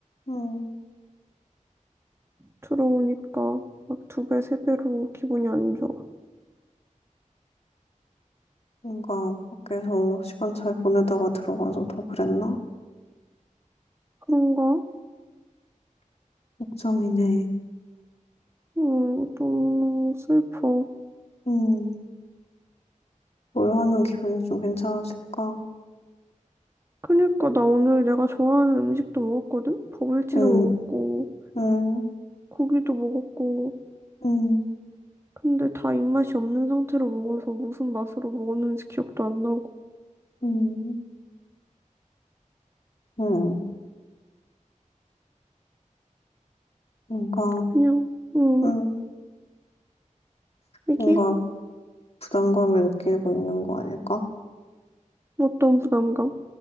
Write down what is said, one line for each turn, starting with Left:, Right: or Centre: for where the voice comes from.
Left: 음.
Right: 들어오니까 막 두 배, 세 배로 기분이 안 좋아.
Left: 뭔가 밖에서 시간 잘 보내다가 들어가서 더 그랬나?
Right: 그런가?
Left: 걱정이네.
Right: 음, 너무 슬퍼.
Left: 음, 뭘 하면 기분이 좀 괜찮아질까?
Right: 그니까 나 오늘 내가 좋아하는 음식도 먹었거든? 버블티도
Left: 음,
Right: 먹었고,
Left: 음,
Right: 고기도 먹었고.
Left: 음,
Right: 근데 다 입맛이 없는 상태로 먹어서 무슨 맛으로 먹었는지 기억도 안 나고.
Left: 음, 음. 뭔가,
Right: 그냥, 음,
Left: 음,
Right: 이게
Left: 뭔가 부담감을 느끼고 있는 거 아닐까?
Right: 어떤 부담감?